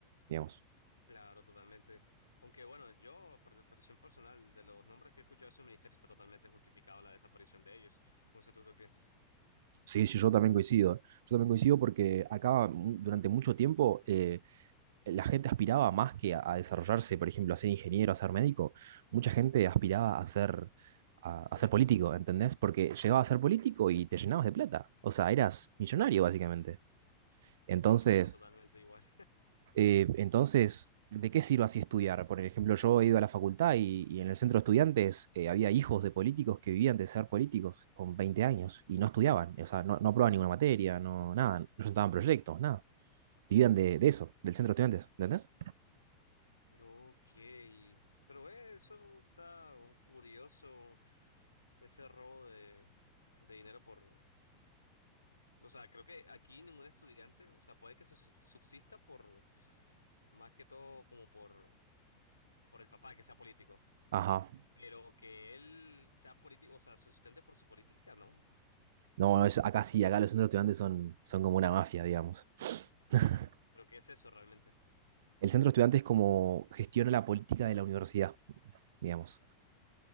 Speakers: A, on the right; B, on the left.
A: digamos.
B: Claro, totalmente. Aunque bueno, yo, por petición personal, de los nombres que he escuchado de esos ministerios, está totalmente justificado la desaparición de ellos. No sé tú qué piensas,
A: Sí, sí, yo también coincido. Yo también coincido porque acá mm, durante mucho tiempo eh, la gente aspiraba más que a, a desarrollarse, por ejemplo, a ser ingeniero, a ser médico, mucha gente aspiraba a ser, a, a
B: político.
A: ser político, ¿entendés? Porque llegabas a ser político y te llenabas de plata, o sea, eras millonario básicamente. Entonces,
B: Aquí pasa totalmente igual.
A: eh, entonces, ¿de qué sirve así estudiar? Por ejemplo, yo he ido a la facultad y, y en el centro de estudiantes eh, había hijos de políticos que vivían de ser políticos con 20 años y no estudiaban, o sea, no, no aprobaban ninguna materia, no, nada, no presentaban proyectos, nada. Vivían de, de eso, del centro de estudiantes, ¿entendés?
B: Ok, pero eh, eso está un curioso, ese robo de, de dinero por... O sea, creo que aquí ningún estudiante, o sea, puede que se sub- subsista por, más que todo como por, por el papá que sea político,
A: Ajá.
B: pero que él sea político, o sea, se sustente por su política, ¿no?
A: No, no, es- acá sí, acá los centros estudiantes son, son como una mafia, digamos. <laughs>
B: Pero ¿qué es eso realmente?
A: El centro estudiante es como gestiona la política de la universidad, digamos.